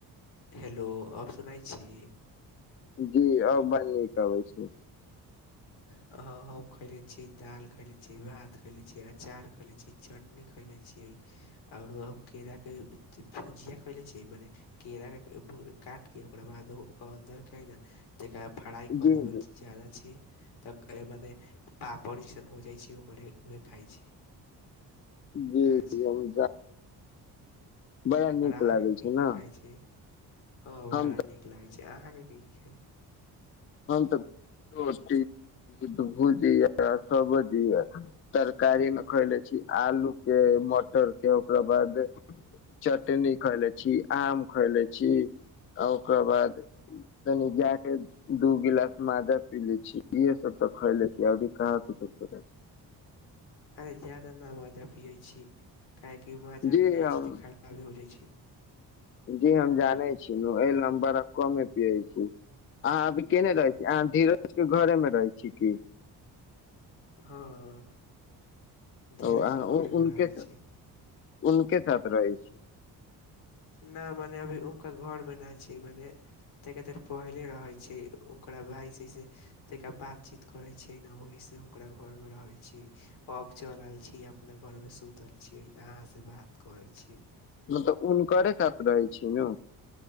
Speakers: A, on the left; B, on the left.
A: हेलो अब सुनाई छी
B: जी अब बड नीक अबै छै
A: हाँ हम खले छी दाल खयले छी भात खले छी अचार खले छी चट खले छीयै आओरो केरा के भुजिया खेले छियै मने केलाके काट कऽ ओकरा बाद ओकर अन्दरके ने तकर बाद फ्राइ कऽ
B: जी
A: देबै
B: जी
A: जादा छै तऽ मने पापड़ जैसन हो जाइ छै ओकरे उहे खाइ छी
B: जी
A: अच्छे
B: जी हम बड़ा
A: आओर
B: नीक
A: अहाँके
B: लागै
A: की
B: छै ने
A: की खाइ छी हँ
B: हम
A: बड़ा नीक लागै छै अहाँके की की खाइ
B: त <unintelligible> भुजिया सब्जी ये तरकारी मे खैले छी आलू के मटर ओकरा बाद चटनी खैले छी आम खैले छी आ ओकरा बाद तनि गैय के दू गिलास माजा पी ले छी इे सब तऽ खयले आरो कहाँ कुछो खलये अछि
A: अरे जादा नऽ माजा पियैत छी काहेकि माजा
B: छी जी
A: पियैत
B: हम
A: छी तऽ आगे हो जाइ छै <unintelligible>
B: जी हम जाने छी मोबईल नम्बरको मे पिय छी आहाँ अभी <unintelligible> केने
A: हँ
B: रहै छी अहाँ धीरज के घरेमे रहै छी
A: हँ धीरे
B: ओ अहाँ
A: के घरेमे
B: उ- उनके
A: रहै छी
B: उनके साथ रहै छी
A: ना मने अभी हुनका घर मे नहि छी मने तनका देर पहिले रहैत छै ओकरा भायसॅं से तानिका बातचीत करैत छै छै ने ओहि से हुकरा घर में रहे छी अब चल आबे छी अपना घर मे सुत छियै अहाँसँ बात करै छी
B: मतलब हुनकरे साथ रहै छियै नू